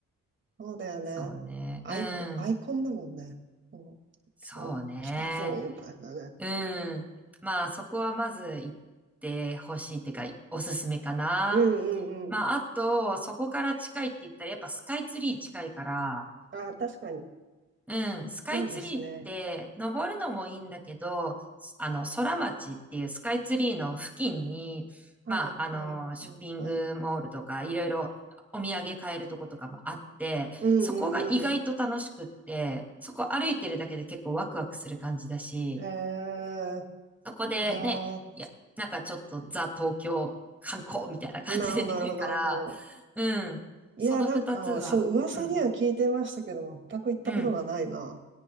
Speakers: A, on the right; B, in the centre.
A: そうだよね。
B: そうね。
A: アイコン、
B: うん。
A: アイコンだもんね。もう
B: そうね。
A: 今日来たぞ、みたいなね。
B: うん。まあ、そこはまず行ってほしいっていうか、おすすめかな。
A: うんうんうん。
B: まあ、あと、そこから近いって言ったら、やっぱスカイツリー近いから、
A: ああ、確かに。
B: うん、スカイツリーって、
A: いいですね。
B: 登るのもいいんだけど、あの、空町っていうスカイツリーの付近に、
A: はいはいはいはい。
B: まあ、あの、ショッピングモールとか、いろいろお土産買えるとことかもあって、
A: うんうんうん。
B: そこが意外と楽しくって、そこ歩いてるだけで結構ワクワクする感じだし、
A: へえ。
B: そこでね、
A: いやー、
B: いや、なんかちょっとザ東京観光みたいな感じでできるから、
A: なるほどなるほどなるほど。
B: うん、
A: いや、
B: その二つは、
A: なんか、そう、噂には聞いてましたけど、
B: うん、
A: 全く行ったことがないな。
B: うん、